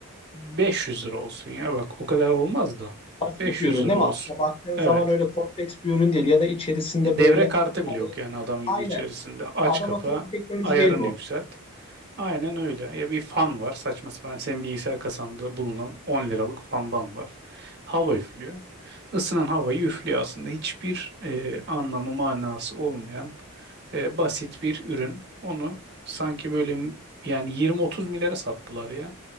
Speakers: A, on the right; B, on the left.
A: 500 lira olsun ya bak o kadar olmaz da
B: Basit
A: 500
B: bir ürün
A: lira
B: değil
A: olsun.
B: mi? Aslında baktığın
A: Evet.
B: zaman öyle kompleks bir ürün değil. Ya da içerisinde
A: Devre
B: böyle
A: kartı bile
B: hani
A: yok yani adam gibi
B: aynen
A: içerisinde. Aç
B: adam
A: kapa,
B: akıllı bir teknoloji
A: ayarını
B: değil bu.
A: yükselt. Aynen öyle. Ya bir fan var saçma sapan. Senin bilgisayar kasanda bulunan 10 liralık fandan var. Hava üflüyor. Isınan havayı üflüyor aslında. Hiçbir e, anlamı manası olmayan e, basit bir ürün. Onu sanki böyle m- yani 20-30 milyara sattılar ya.